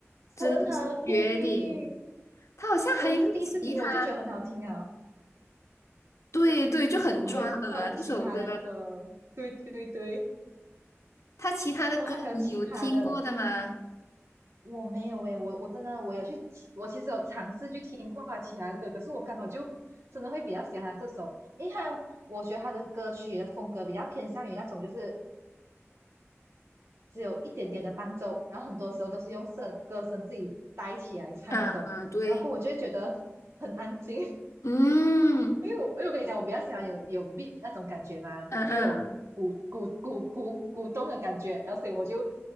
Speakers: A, on the left; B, on the right.
A: 真的是绝顶。
B: 很好听。
A: 他好像还有其他，
B: 我也是第一次听，我就觉得很好听啊。
A: 对对，就很抓耳啊这首歌，
B: 哦，还有还有其他的歌，对对对，
A: 他其他的歌你有听过的吗？
B: 我还有其他的，我没有诶，我我真的我有去，我其实有尝试去听过他其他的歌，可是我刚好就真的会比较喜欢他这首，因为他我觉得他的歌曲的风格比较偏向于那种就是只有一点点的伴奏，然后很多时候都是用声歌声自己带起来唱那种，
A: 啊啊，对，
B: 然后过后我就会觉得很安静，
A: 嗯
B: 因为我因为我跟你讲，我比较喜欢有有 beat 那种感觉嘛，
A: 嗯嗯，
B: 就有鼓鼓鼓鼓鼓动的感觉，然后所以我就